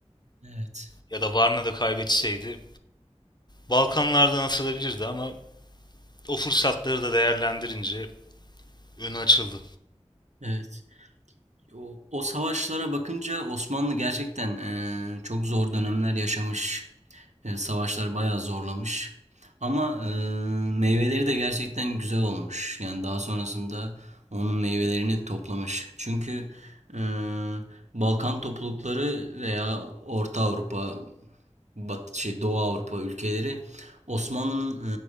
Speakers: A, on the right; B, on the left.
A: Evet.
B: ya da Varna'da kaybetseydi Balkanlardan atılabilirdi ama o fırsatları da değerlendirince önü açıldı.
A: Evet. O, o savaşlara bakınca Osmanlı gerçekten eee, çok zor dönemler yaşamış. Eee, savaşlar bayağı zorlamış. Ama eee, meyveleri de gerçekten güzel olmuş. Yani daha sonrasında onun meyvelerini toplamış. Çünkü eee, Balkan toplulukları veya Orta Avrupa, Bat, şey Doğu Avrupa ülkeleri Osmanlı'nın